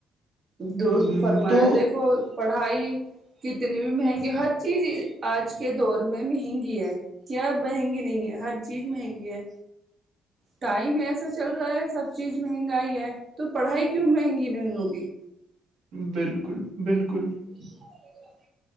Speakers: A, on the right; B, on the right.
A: دوست
B: م،
A: فرمایا
B: تو
A: دیکھو پڑھائی کتنی بھی مہنگی ہر چیز آج کے دور میں مہنگی ہے کیا مہنگی نہیں ہے ہر چیز مہنگی ہے ٹائم ایسا چل رہا ہے سب چیز مہنگائی ہے تو پڑھائی کیوں مہنگی نہیں ہوگی
B: بالکل بالکل
A: <inaudible>